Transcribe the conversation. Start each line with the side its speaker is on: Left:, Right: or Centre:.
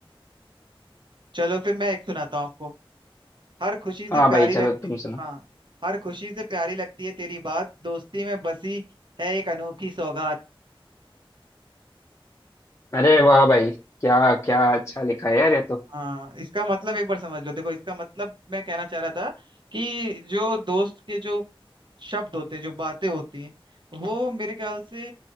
Right: चलो फिर मैं एक सुनाता हूँ आपको हर खुशी से
Left: हाँ
Right: प्यारी
Left: भाई चलो
Right: लगती
Left: तुम सुनो
Right: हाँ हर खुशी से प्यारी लगती है तेरी बात दोस्ती में बसी है एक अनोखी सौगात
Left: अरे वाह भाई क्या क्या अच्छा लिखा है यार ये तो
Right: हाँ इसका मतलब एक बार समझ लो देखो इसका मतलब मैं कहना चाह रहा था कि जो दोस्त के जो शब्द होते हैं जो बातें होती हैं वो मेरे ख्याल से